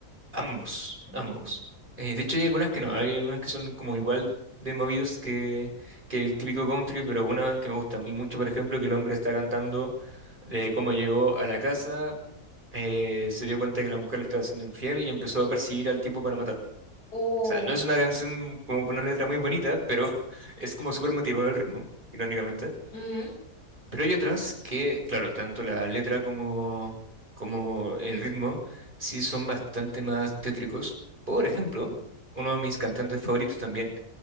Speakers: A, on the right (about 30°); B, on the left (about 85°).
A: Ambos,
B: Mm.
A: ambos. Eh, de hecho, hay algunas que no, hay algunas que son como igual de movidas que, que el típico country, pero una que me gusta a mí mucho, por ejemplo, que el hombre está cantando de cómo llegó a la casa, eh, se dio cuenta de que la mujer le estaba siendo infiel y empezó a perseguir al tipo para matarlo.
B: Oh,
A: O sea, no es una canción como con una letra muy bonita, pero <laughs> es como súper motivado el ritmo, irónicamente.
B: Ujú,
A: Pero hay otras que, claro, tanto la letra como, como el ritmo sí son bastante más tétricos. Por ejemplo, uno de mis cantantes favoritos también,